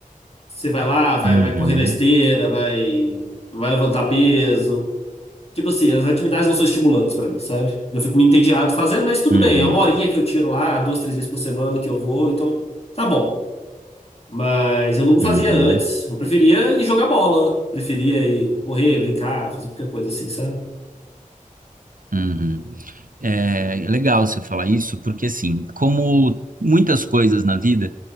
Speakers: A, on the left (about 45°); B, on the right (about 75°).
A: Você vai lá, vai,
B: Uhum,
A: vai correr na esteira, vai, vai levantar peso. Tipo assim, as atividades não são estimulantes pra mim, sabe? Eu fico me entediado fazendo, mas tudo
B: uhum,
A: bem, é uma horinha que eu tiro lá, duas, três vezes por semana que eu vou, então tá bom. Mas eu não fazia
B: uhum,
A: antes, eu preferia ir jogar bola, preferia ir correr, brincar, fazer qualquer coisa assim, sabe?
B: uhum. É legal você falar isso, porque assim, como muitas coisas na vida